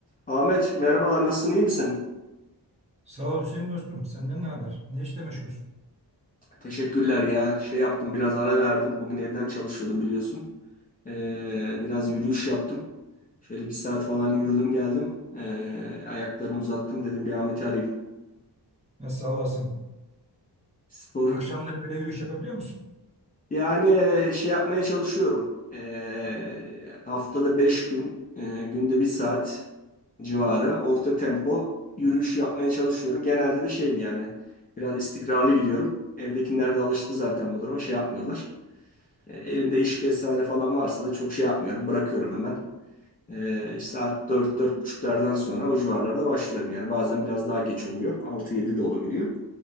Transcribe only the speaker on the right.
Sağ ol Hüseyin dostum. Senden ne haber? Ne işle meşgulsün?
Nasıl sağ olasın?
Akşamları böyle yürüyüş yapabiliyor musun?